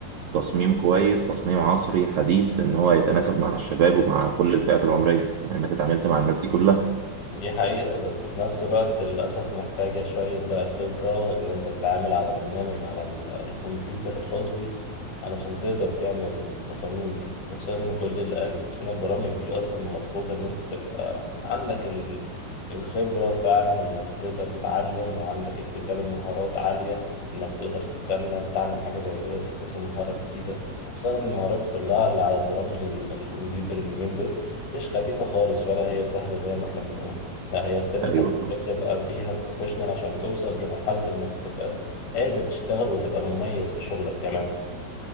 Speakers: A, on the right; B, on the left.
A: تصميم كويس تصميم عصري حديث ان هو يتناسب مع الشباب ومع كل الفئات العمرية بما انك اتعاملت مع الناس دي كلها
B: دي حقيقة بس في نفس الوقت للأسف محتاجة شوية بقى خبرة إن أنت تتعامل على برنامج على ال- الكمبيوتر الخاص بيك علشان تقدر تعمل التصاميم دي وخصوصا إن كل ال- اسمها البرامج دي أصلا مطلوب إن أنت تبقى عندك ال- الخبرة فعلا إنك تقدر تتعلم وعندك اكتساب المهارات عالية إنك تقدر تستنى وتتعلم حاجة زي كده وتكتسب مهارة جديدة وخصوصا إن المهارات كلها اللي على البرامج ال- الكمبيوتر اليومين دول مش خفيفة خالص ولا هي سهلة زي ما احنا بنقول لا هي ستيل انت
A: ايوه
B: محتاج تبقى فيها بروفيشنال عشان توصل لمرحلة انك تبقى قادر تشتغل وتبقى مميز في شغلك كمان